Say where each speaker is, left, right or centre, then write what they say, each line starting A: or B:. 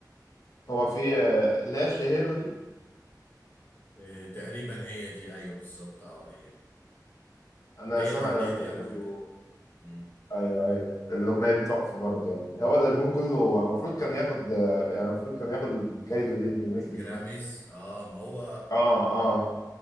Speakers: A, on the left; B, on the left.
A: هو في آه، لا شهيرو دي
B: إيه تقريبا هي دي أيوه بالظبط اه هي دي
A: انا
B: هي
A: سامع
B: الأغنية
A: الالبوم
B: دي
A: كله
B: على فكرة مم.
A: ايوه ايوه الاغنيه دي تحفه برضه يعني هو الالبوم كله المفروض كان ياخد آه، يعني المفروض كان ياخد الجايزه دي اللي الناس
B: الجراميز
A: اسمها
B: اه ما هو
A: اه اه